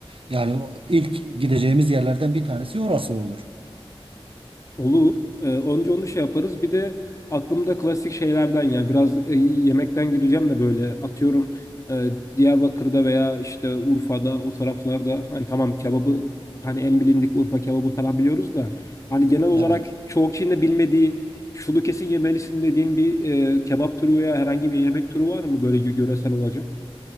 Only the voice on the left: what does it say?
Olur. Ee, önce onu şey yaparız. Bir de aklımda klasik şeylerden ya biraz e, yemekten gireceğim de böyle atıyorum e, Diyarbakır'da veya işte Urfa'da o taraflarda hani tamam kebabı hani en bilindik Urfa kebabı falan biliyoruz da hani genel olarak
çoğu kişinin de bilmediği şunu kesin yemelisin dediğim bir e, kebap türü veya herhangi bir yemek türü var mı böyle yö- yöresel olacak?